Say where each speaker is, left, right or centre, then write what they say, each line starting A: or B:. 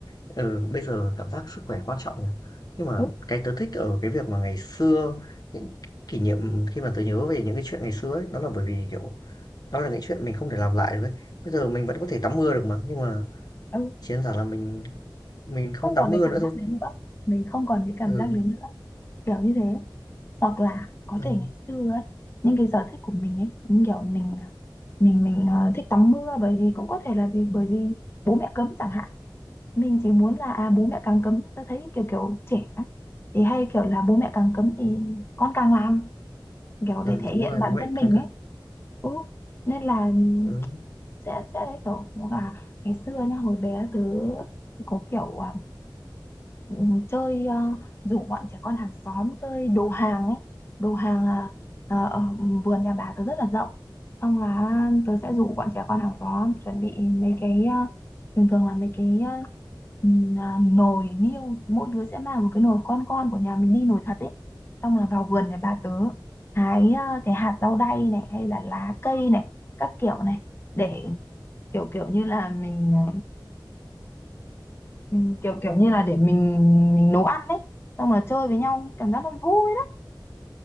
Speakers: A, on the left; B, on the left.
A: ừ, bây giờ cảm giác sức khỏe quan trọng nhỉ. Nhưng mà
B: ừ,
A: cái tớ thích ở cái việc mà ngày xưa, những kỷ niệm khi mà tớ nhớ về những cái chuyện ngày xưa ấy, đó là bởi vì, kiểu, đó là những chuyện mình không thể làm lại được ấy. Bây giờ mình vẫn có thể tắm mưa được mà, nhưng mà
B: ừ.
A: chiến đơn là mình Mình
B: không
A: không tắm
B: còn
A: mưa
B: cái cảm
A: nữa thôi.
B: giác đấy nữa mình không còn cái cảm
A: Ừ,
B: giác đấy nữa kiểu như thế hoặc là có
A: ừ,
B: thể ngày xưa ấy, những cái sở thích của mình ấy những kiểu mình à, mình mình ờ, thích tắm mưa bởi vì cũng có thể là vì bởi vì bố mẹ cấm chẳng hạn mình chỉ muốn là à, bố mẹ càng cấm tôi thấy kiểu kiểu trẻ ấy, thì hay kiểu là bố mẹ càng cấm thì con càng làm kiểu để
A: ừ,
B: thể
A: đúng
B: hiện
A: rồi,
B: bản
A: bố mẹ
B: thân
A: cơ
B: mình
A: cơ.
B: ấy ừ. nên là
A: Ừ.
B: sẽ sẽ đấy kiểu cũng là ngày xưa nhá hồi bé tớ thì có kiểu à, ừ, chơi ờ, rủ bọn trẻ con hàng xóm chơi đồ hàng ấy đồ hàng là ờ, ở vườn nhà bà tớ rất là rộng xong là tớ sẽ rủ bọn trẻ con hàng xóm chuẩn bị mấy cái ờ, thường thường là mấy cái ờ, ừm, à, nồi niêu mỗi đứa sẽ mang một cái nồi con con của nhà mình đi nồi thật ấy xong là vào vườn nhà bà tớ hái à, cái hạt rau đay này hay là lá cây này các kiểu này để kiểu kiểu như là mình ờ, Ừ, kiểu kiểu như là để mình mình nấu ăn đấy xong là chơi với nhau cảm giác nó vui lắm